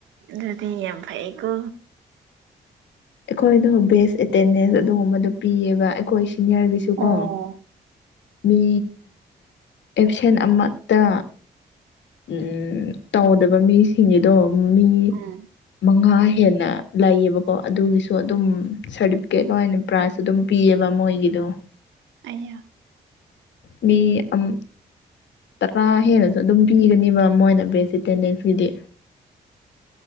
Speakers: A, on the right; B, on the left.
A: ꯑꯗꯨꯗꯤ ꯌꯥꯝ ꯐꯩꯀꯣ
B: ꯑꯩꯈꯣꯏꯗꯣ ꯕꯦꯁ ꯑꯦꯇꯦꯟꯗꯦꯟꯁ ꯑꯗꯨꯒꯨꯝꯕꯗꯣ ꯄꯤꯌꯦꯕ ꯑꯩꯈꯣꯏ ꯁꯤꯅꯤꯌꯔꯒꯤꯁꯨꯀꯣ
A: ꯑꯣ
B: ꯃꯤ ꯑꯦꯞꯁꯦꯟ ꯑꯃꯠꯇ ꯎꯝ ꯇꯧꯗꯕ ꯃꯤꯁꯤꯡꯒꯤꯗꯣ ꯃꯤ
A: ꯎꯝ
B: ꯃꯉꯥ ꯍꯦꯟꯅ ꯂꯩꯌꯦꯕꯀꯣ ꯑꯗꯨꯒꯤꯁꯨ ꯑꯗꯨꯝ ꯁꯥꯔꯇꯤꯐꯤꯀꯦꯠ ꯑꯣꯏꯅ ꯄ꯭ꯔꯥꯏꯖ ꯑꯗꯨꯝ ꯄꯤꯌꯦꯕ ꯃꯣꯏꯒꯤꯗꯣ
A: ꯑꯌꯥ
B: ꯃꯤ ꯑꯝ ꯇꯔꯥ ꯍꯦꯜꯂꯁꯨ ꯑꯗꯨꯝ ꯄꯤꯒꯅꯤꯕ ꯃꯣꯏꯅ ꯕꯦꯁ ꯑꯦꯇꯦꯟꯗꯦꯟꯁꯀꯤꯗꯤ